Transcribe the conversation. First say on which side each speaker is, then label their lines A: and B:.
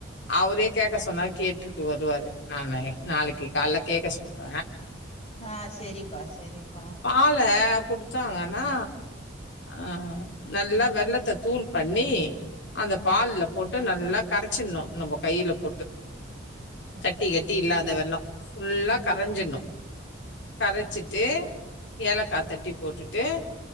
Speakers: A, on the left (about 65°); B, on the left (about 30°).
A: அவுரே கேக்க சொன்னா கேட்டுட்டு வருவாரு நானு நாளக்கி கால்ல கேக்க சொல்ற
B: ஆ செரிப்பா செரிப்பா
A: பால குடுத்தாங்கன்னா அ நல்லா வெள்ளத்த தூள் பண்ணி அந்த பால்ல போட்டு நல்லா கரேச்சிட்ணு நம்ம கையில போட்டு கட்டி கட்டி இல்லாத வெல்லம் ஃபுல்லா கரைஞ்சிட்ணு கரைச்சிட்டு ஏலக்காத் தட்டி போட்டுட்டு